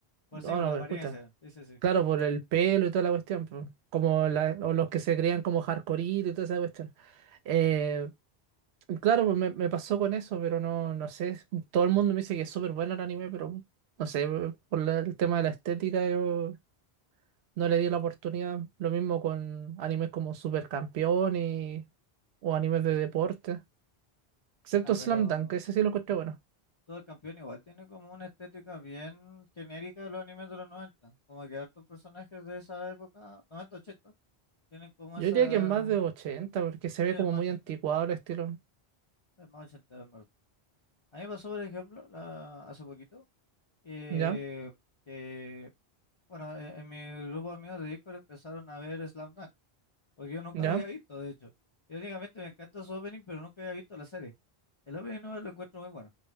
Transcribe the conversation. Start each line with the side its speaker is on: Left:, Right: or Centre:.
Left: Pues
Right: no,
Left: sí, por
Right: no,
Left: la
Right: pero
Left: apariencia,
Right: escucha.
Left: sí, sí, sí.
Right: Claro, por el pelo y toda la cuestión, po. Como la- o los que se creían como hardcore y toda esa cuestión. Eh, y claro, pues me, me pasó con eso, pero no, no sé. Todo el mundo me dice que es súper bueno el anime, pero no sé, eh, por la- el tema de la estética yo no le di la oportunidad. Lo mismo con animes como Super Campeón y, o animes de deporte. Excepto
Left: Ah,
Right: Slam
Left: pero...
Right: Dunk, ese sí lo encontré
Left: <clears throat>
Right: bueno.
Left: Todo el campeón igual tiene como una estética bien genérica de los animes de los noventa como que hartos personajes de esa época, noventa ochenta tienen como
Right: Yo
Left: esa
Right: diría que es más de 80
Left: estética.
Right: porque se
Left: Sí,
Right: ve
Left: es
Right: como
Left: más
Right: muy
Left: ochentero,
Right: anticuado el estilo.
Left: es más ochentero en verdad. A mí me pasó, por ejemplo, la- hace poquito, eh,
Right: ¿Ya?
Left: que, bueno, e- en, mi grupo de amigos de Discord empezaron a ver Slam Dunk, porque yo nunca
Right: ¿Ya?
Left: lo había visto, de hecho. yo únicamente me encanta su opening, pero nunca había visto la serie. El opening no lo encuentro muy bueno.